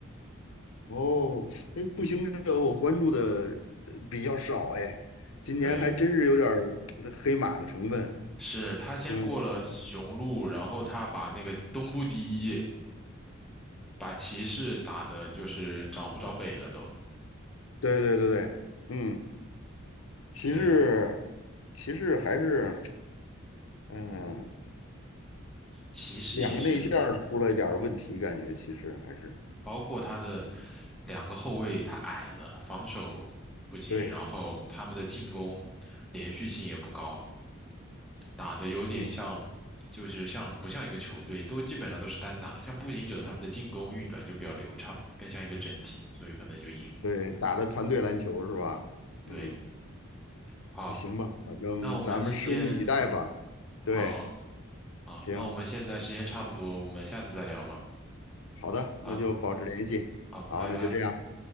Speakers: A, on the left (about 80°); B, in the centre.
A: 哦，哎，步行者我关注的呃比较少哎，今年还真是有点儿呃黑马的成分。
B: 对，是他先过了雄鹿，
A: 嗯，
B: 然后他把那个东部第一，把骑士打的就是找不着北了都。
A: 对对对对，嗯，骑士，
B: 对，
A: 骑士还是嗯，
B: 骑士也是。
A: 两个内线儿出了一点儿问题，感觉骑士还是
B: 包括他的两个后卫，他矮了，防守不行，
A: 对，
B: 然后他们的进攻连续性也不高，打的有点像，
A: 嗯，
B: 就是像不像一个球队，都基本上都是单打，像步行者他们的进攻运转就比较流畅，更像一个整体，所以可能就赢。
A: 对，打的团队篮球是吧？
B: 对，
A: 嗯，
B: 好，
A: 那行吧，反正咱们拭目以待吧。
B: 那我们今天
A: 对，
B: 好啊，
A: 行，
B: 那我们现在时间差不多，我们下次再聊吧。
A: 好的，
B: 啊，
A: 那就保持联系。
B: 好，
A: 好，
B: 拜拜。
A: 那就这样，